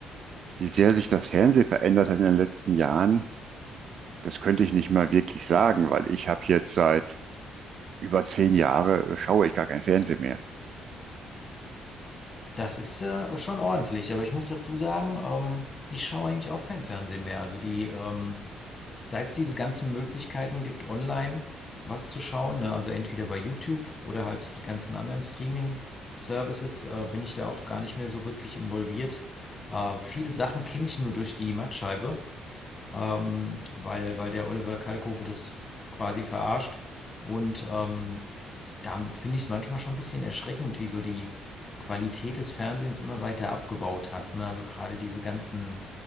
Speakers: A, on the right; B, on the left.
A: wie sehr sich das Fernsehen verändert hat in den letzten Jahren, das könnte ich nicht mal wirklich sagen, weil ich habe jetzt seit über zehn Jahren äh, schaue ich gar kein Fernsehen mehr.
B: Das ist äh, schon ordentlich, aber ich muss dazu sagen, ähm, ich schaue eigentlich auch kein Fernsehen mehr. Also die, ähm, seit es diese ganzen Möglichkeiten gibt, online was zu schauen, ne? Also entweder bei YouTube oder halt die ganzen anderen Streaming-Services, äh, bin ich da auch gar nicht mehr so wirklich involviert. Äh, viele Sachen kenne ich nur durch die Mattscheibe, ähm, weil, weil der Oliver Kalkofe das quasi verarscht. Und ähm, da finde ich es manchmal schon ein bisschen erschreckend, wie so die Qualität des Fernsehens immer weiter abgebaut hat. Ne? Also gerade diese ganzen